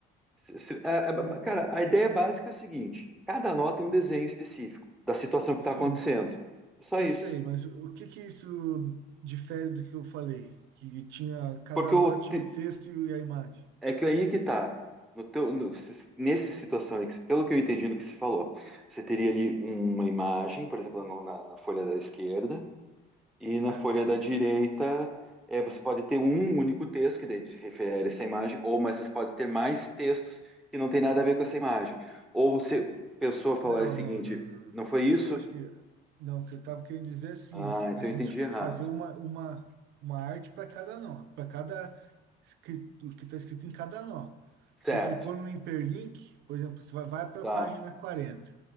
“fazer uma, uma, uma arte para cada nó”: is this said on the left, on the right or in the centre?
Right